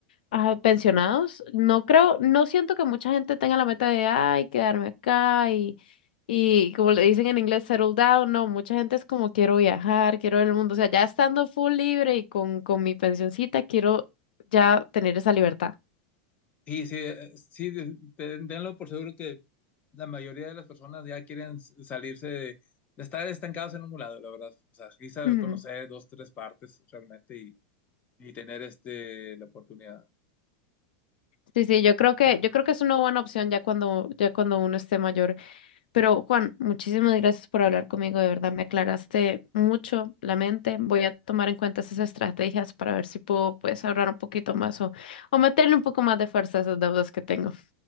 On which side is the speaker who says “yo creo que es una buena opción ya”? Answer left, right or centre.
Left